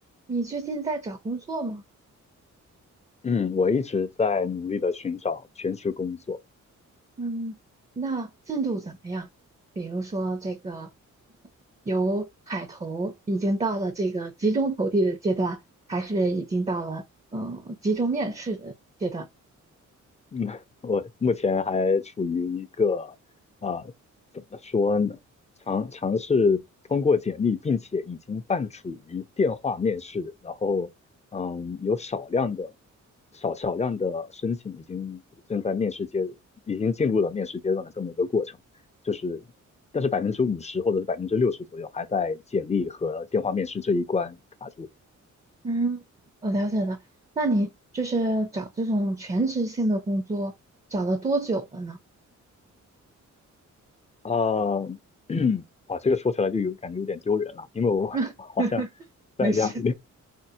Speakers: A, on the right; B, on the left.
A: 你最近在找工作吗？
B: 嗯，我一直在努力的寻找全职工作。
A: 嗯，那进度怎么样？比如说这个由海投已经到了这个集中投递的阶段，还是已经到了嗯呃集中面试的阶段？
B: 嗯，<laughs> 我目前还处于一个啊、呃怎么说呢？尝尝试通过简历，并且已经半处于电话面试，然后嗯，有少量的少少量的申请已经正在面试阶，已经进入了面试阶段的这么一个过程。就是，但是百分之五十或者是百分之六十左右还在简历和电话面试这一关卡住。
A: 嗯，我了解了。那你就是找这种全职性的工作，找了多久了呢？
B: 呃，<clears throat> 啊，这个说起来就有感觉有点丢人了，因为我好像
A: <laughs> 没事。
B: 在两